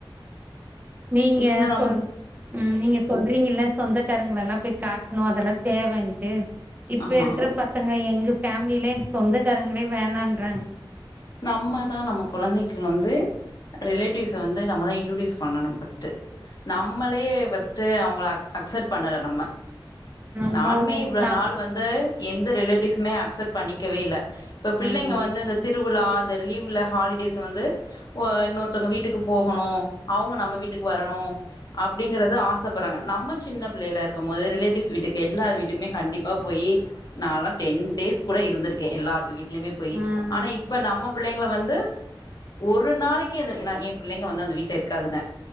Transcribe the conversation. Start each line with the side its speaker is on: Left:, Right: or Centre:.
Right: நீங்க
Left: இவங்க நம்
Right: சொல் ம் நீங்க சொல்றீங்கல்ல சொந்தக்காரங்களல்லா போய் காட்ணு அதல்லா தேவன்ட்டு இப்ப
Left: ஆமா.
Right: இருக்குற ப சங்க எங்க ஃபேமிலில எங் சொந்தக்காரங்களே வேணான்றாங்
Left: நம்மதா நம்ம கொழந்தைக்கு வந்து ரிலேட்டிவ்ஸ வந்து நம்மதா இன்ட்ரோடியூஸ் பண்ணனு ஃபஸ்ட்டு நம்மளே ஃபஸ்ட்டு அவுங்கள அக்சட் பண்ணல நம்ம
Right: நம்போ
Left: நானுமே இவ்ளோ
Right: நாம்
Left: நாள் வந்து எந்த ரிலேட்டிவ்ஸுமே அக்சப்ட் பண்ணிக்கவே இல்ல இப்ப பிள்ளைங்க
Right: ம்
Left: வந்து இந்த திருவுழா இந்த லீவ்ல ஹாலிடேஸ் வந்து ஒ இன்னொருத்தங்க வீட்டுக்கு போகணு அவுங்க நம்ம வீட்டுக்கு வரணு அப்டிங்கறத ஆசப்பட்றாங்க நம்ம சின்ன பிள்ளைல இருக்கும்மோது ரிலேட்டிவ்ஸ் வீட்டுக்கு எல்லார் வீட்டுக்குமே கண்டிப்பா போயி நாலா டென் டேஸ் கூட இருந்துருக்கே எல்லாத்து வீடலியுமே போயி
Right: ம்
Left: ஆனா இப் இப்ப நம்ம பிள்ளைங்கள வந்து ஒரு நாளைக்கு அந்த எனா எ பிள்ளைங்க வந்து அந்த வீட்ல இருக்காதுங்க